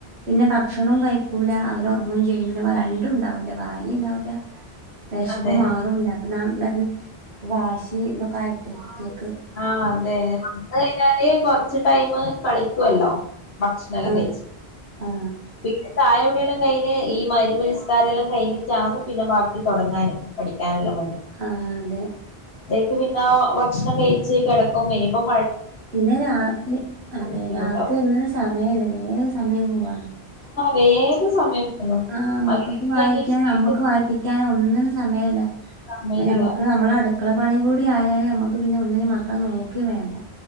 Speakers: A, on the right (about 85°); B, on the left (about 85°).
A: പിന്നെ ഭക്ഷണോം കഴിക്കൂല അവരൊറങ്ങും ചെയ്യും പിന്നെ വ രണ്ടും ഇണ്ടാവൂല വായനേം ഇണ്ടാവൂല വിശപ്പ്
B: അതെ
A: മാറൂല അപ്പൊ <unintelligible> വാശി ഇതൊക്കായിട്ടെ കുട്ടിയക്ക്
B: ആഹ് അതെ വന്ന് കഴിഞ്ഞാല് കൊറച്ച് ടൈം കളിക്കുല്ലോ ഭക്ഷണെല്ലാം
A: ആ
B: കയ്ച്ച്
A: ആ
B: പിന്നെ ചായകുടിയെല്ലാം കഴിഞ്ഞ് ഈ മഗ്‌രിബ് നിസ്കാരെല്ലാം കഴിഞ്ഞിട്ടാണ് പിന്നെ ബാക്കി തുടങ്ങാന് പഠിക്കാനെല്ലാം വേ
A: ആ അതെ
B: ക്ക് പിന്നെ ഭക്ഷണം കഴി ച്ച് കിടക്കും ഇനിപ്പം
A: പിന്നെ രാത്രി അതെ
B: ബുദ്ധിമുട്ടാവും
A: രാത്രി ഒന്നിനും സമയല്ല വേ സമയംപോവന്നെ
B: വേഗ സമയം പോവുന്നു
A: ആ
B: മഗ്‌രിബ്
A: മക്കൾക്ക് വായിക്കാനോ
B: കഴിഞ്ഞേച്ച്
A: അമ്മക്ക് വായിപ്പിക്കാനോ ഒന്നിനും സമയല്ല
B: സമയില്ല
A: അപ്പ ഞമ്മുക്ക് നമ്മള അടുക്കള പ പണി കൂടി ആയാലേ നമുക്ക് പിന്നെ ഒന്നിനും മക്കളെ നോക്കി വേണ്ട